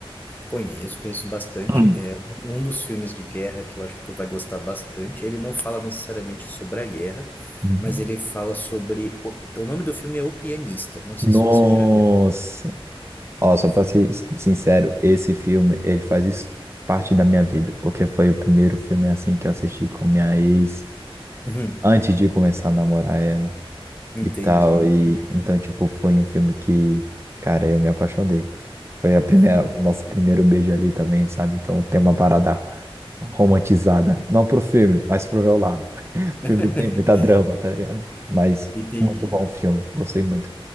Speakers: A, on the left; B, on the right.
A: Conheço, conheço bastante.
B: Hum.
A: É um dos filmes de guerra que eu acho que tu vai gostar bastante. Ele não fala necessariamente sobre a guerra,
B: Uhum.
A: mas ele fala sobre. O, o nome do filme é O Pianista. Não sei
B: Nossa!
A: se você já viu.
B: Ó, só pra ser sincero, esse filme, ele faz isso parte da minha vida, porque foi o primeiro filme assim que eu assisti com minha ex,
A: Uhum.
B: antes de começar a namorar ela
A: Entendi,
B: e tal,
A: entendi.
B: e então, tipo, foi um filme que, cara, eu me apaixonei. Foi a primeira,
A: Uhum.
B: o nosso primeiro beijo ali também, sabe? Então tem uma parada romantizada, não pro filme, mas pro meu lado. <laughs> O
A: <laughs>
B: filme tem muita drama, tá ligado? Mas
A: Entendi.
B: muito bom o filme, gostei muito.